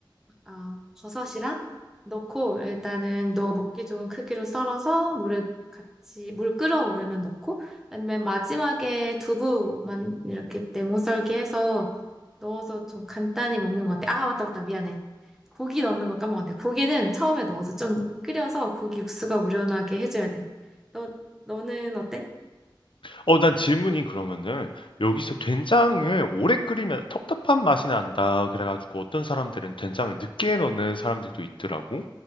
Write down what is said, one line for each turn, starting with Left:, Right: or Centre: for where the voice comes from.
Centre: 어, 버섯이랑 넣고 일단은 너가 먹기 좋은 크기로 썰어서 물에 같이 물 끓어오르면 넣고 그다음에 마지막에 두부만 이렇게 네모 썰기 해서 넣어서 좀 간단히 먹는 것 같아. 아, 맞다, 맞다. 미안해. 고기 넣는 거 까먹었네. 고기는 처음에 넣어서 좀 끓여서 고기 육수가 우려나게 해줘야 돼. 너, 너는 어때?
Left: 어, 난 질문이 그러면은 여기서 된장을 오래 끓이면 텁텁한 맛이 난다. 그래가지고 어떤 사람들은 된장을 늦게 넣는 사람들도 있더라고.